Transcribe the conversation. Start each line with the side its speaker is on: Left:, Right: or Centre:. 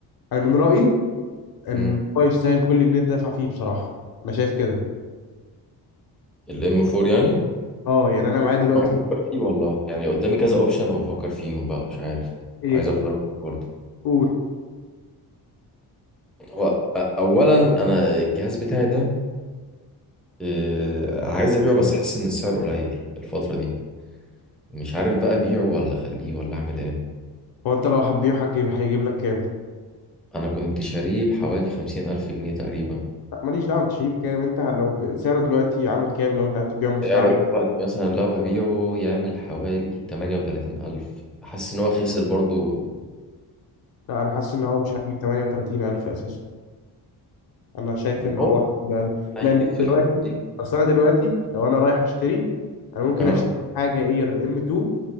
Left: انا من رايي ان
Centre: امم
Left: هو يستاهل كل جنيه دافع فيه بصراحه انا شايف كده
Centre: الام 4 يعني
Left: اه يعني انا معايا دلوقتي
Centre: أو بفكر فيه والله يعني قدامي كذا اوبشن وبفكر فيهم بقى مش عارف
Left: ايه
Centre: عايز اخد رايك برضه
Left: قول
Centre: هو أ- اولا انا الجهاز بتاعي ده آه، عايز ابيعه بس حاسس ان السعر قليل الفتره دي مش عارف بقى ابيعه ولا اخليه ولا اعمل ايه
Left: هو انت لو حبيبه هتجيب هيجيب لك كام
Centre: انا كنت شاريه بحوالي خمسين الف جنيه تقريبا
Left: لا ماليش دعوه انت شايف كام انت لو ب- سعره دلوقتي عامل كام لو انت هتبيعه مستعمل
Centre: سعر دلوقتي مثلا لو هبيعه يعمل حوالي 38000 ألف حاسس إن هو خسر برضو
Left: لا انا حاسس ان هو مش هيجيب 38000 اساسا انا شايف ان
Centre: هو
Left: هو هيجيب أقل.
Centre: هيجيب
Left: لان دلوقتي
Centre: في الحدود دي
Left: اصل انا دلوقتي لو انا رايح اشتري انا ممكن
Centre: اه
Left: اشتري حاجه اير ام 2